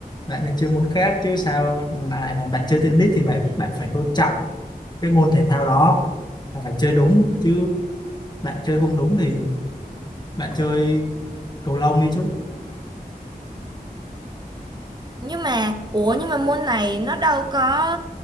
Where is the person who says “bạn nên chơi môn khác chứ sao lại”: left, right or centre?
Left